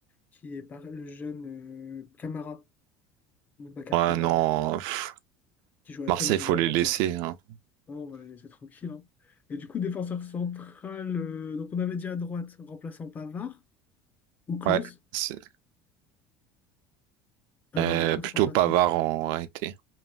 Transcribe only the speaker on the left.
qui est par, le jeune euh, Camara, Boubacar
Camara,
qui joue à
Aston Villa
maintenant.
Bon, on va le laisser tranquille. hein. Et du coup, défenseur central, euh, donc on avait dit à droite, remplaçant Pavard ou Klose.
Pavard
ou Klose
remplaçant.